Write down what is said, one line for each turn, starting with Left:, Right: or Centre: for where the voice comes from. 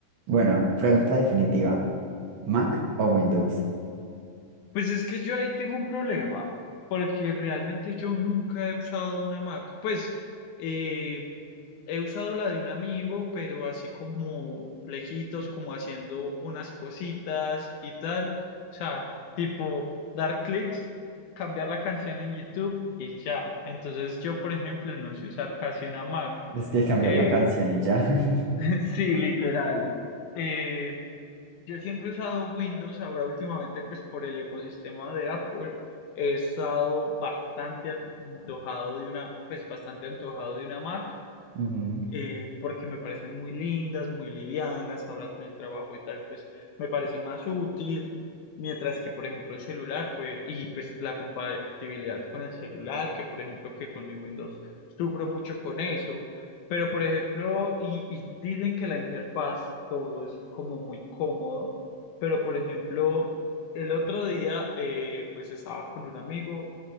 Right: Bueno, pregunta definitiva. ¿Mac o Windows?
Left: Pues es que yo ahí tengo un problema, porque realmente yo nunca he usado una Mac. Pues eh, he usado la de un amigo, pero así como lejitos, como haciendo unas cositas y tal. O sea, tipo dar clics, cambiar la canción en YouTube y ya. Entonces yo, por ejemplo, no sé usar casi una Mac.
Right: Es que cambiar
Left: Eh,
Right: la canción y ya. <laughs>
Left: <laughs> sí, literal. Eh, yo siempre he usado Windows, ahora últimamente pues por el ecosistema de Apple he estado bastante antojado de una, pues bastante antojado de una Mac
Right: Ujú.
Left: eh, porque me parecen muy lindas, muy livianas, ahora con el trabajo y tal, pues me parece más útil, mientras que, por ejemplo, el celular, pues, y pues la compatibilidad con el celular, que por ejemplo, que con mi Windows sufro mucho con eso, pero por ejemplo, y, y dicen que la interfaz, todo es como muy cómodo, pero por ejemplo, el otro día, eh, pues estaba con un amigo,